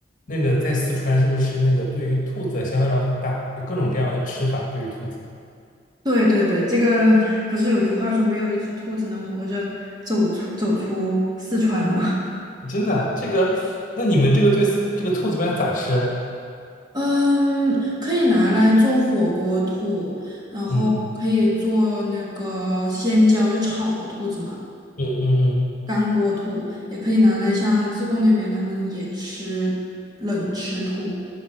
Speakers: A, on the left; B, on the right.
A: 那个在四川是不是那个对于兔子的消费量很大，有各种各样的吃法对于兔子？
B: 对对对，这个不是有一句话说没有一只兔子能活着走出走出四川吗？
A: 真的啊，这个，那你们这个对四这个兔子一般咋吃啊？
B: <laughs> 嗯，可以拿来做火锅兔，然后可以做那个鲜椒，
A: 嗯
B: 就炒的兔子嘛，
A: 嗯嗯嗯，
B: 干锅兔，也可以拿来像自贡那边他们也吃冷吃兔。